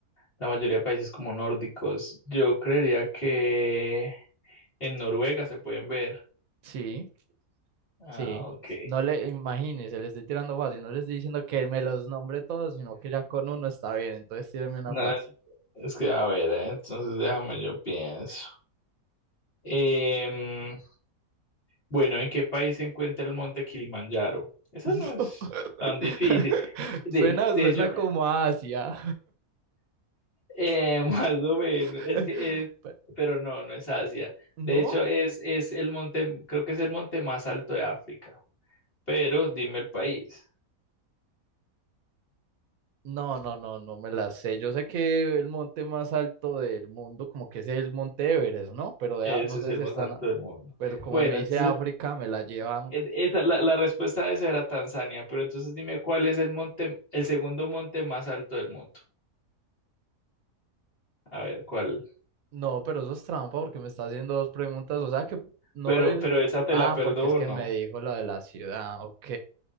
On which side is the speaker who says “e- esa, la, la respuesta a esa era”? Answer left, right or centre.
Left